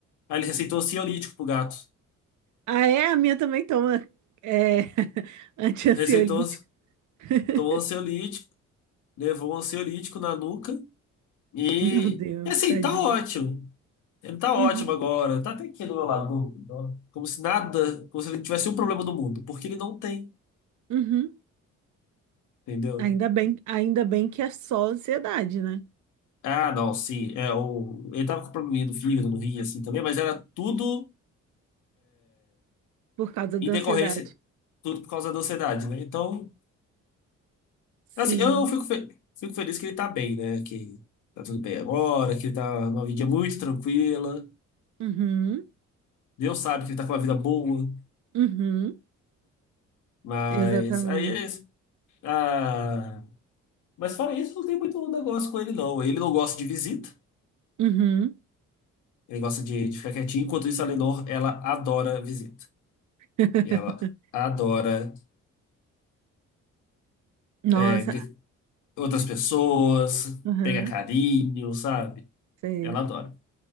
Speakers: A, on the left; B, on the right.
A: Aí ele receitou ansiolítico pro gato.
B: Ah, é? A minha também toma é, <laughs> antiansiolítico.
A: Receitou,
B: <laughs>
A: tomou ansiolítico, levou um ansiolítico na nuca. E,
B: Meu Deus,
A: e assim,
B: tadinho.
A: tá ótimo. Ele tá ótimo
B: Uhum.
A: agora. Tá até aqui do meu lado. do- Como se nada, como se ele tivesse um problema do mundo, porque ele não tem,
B: Uhum.
A: entendeu?
B: Ainda bem, ainda bem que é só ansiedade, né?
A: Ah, não, sim. É, o, ele tava com probleminha no fígado, no rim, assim também, mas era tudo
B: Por causa da
A: em decorrência,
B: ansiedade.
A: tudo por causa da ansiedade, né? Então,
B: Sim.
A: assim, eu, eu fico, fe- fico feliz que ele tá bem, né? Que tá tudo bem agora, que ele tá numa vida muito tranquila.
B: Uhum.
A: Deus sabe que ele tá com uma vida boa,
B: Uhum.
A: mas
B: Exatamente.
A: aí é isso. Ah, mas fora isso, não tem muito negócio com ele, não. Ele não gosta de visita.
B: Uhum.
A: Ele gosta de, de ficar quietinho. Enquanto isso, a Lenor, ela adora visita.
B: <laughs>
A: E ela adora
B: Nossa,
A: é, g- outras pessoas,
B: aham,
A: pegar carinho, sabe?
B: sei.
A: Ela adora.